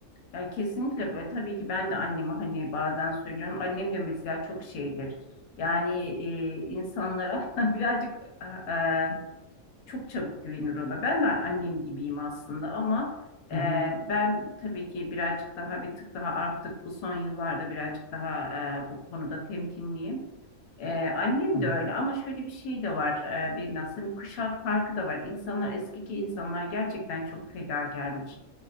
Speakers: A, on the left (about 75°); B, on the left (about 30°).
A: Ya kesinlikle ve tabii ki ben de anneme hani bazen söylüyorum. Annem de mesela çok şeydir. Yani e, insanlara <laughs> birazcık e, e, çok çabuk güvenir ona. Ben de annem gibiyim aslında ama
B: Hı
A: e,
B: hı.
A: ben tabii ki birazcık daha bir tık daha artık bu son yıllarda birazcık daha e, bu konuda temkinliyim. E, annem
B: Hı hı.
A: de öyle ama şöyle bir şey de var e, biraz hani kuşak farkı da var. İnsanlar eskiki insanlar gerçekten çok fedakarmış.